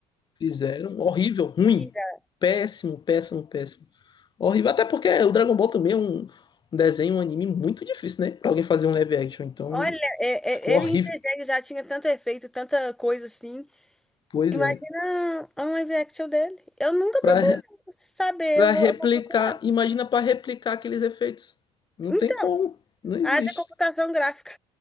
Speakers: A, on the left (about 35°); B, in the centre.
A: Fizeram. um Horrível, ruim.
B: Mentira.
A: Péssimo, péssimo, péssimo. Horrível. Até porque o Dragon Ball também é um, um desenho, um anime muito difícil, né? Pra alguém fazer um live action. Então,
B: Olha, é-
A: ficou
B: é- ele
A: horrível.
B: em desenho já tinha tanto efeito, tanta coisa assim.
A: Pois
B: Imagina
A: é.
B: um live action dele. Eu nunca
A: para
B: procurei saber,
A: para
B: eu
A: replicar,
B: vou, eu vou procurar.
A: imagina para replicar aqueles efeitos. Não
B: Então,
A: tem como, não existe.
B: haja computação gráfica.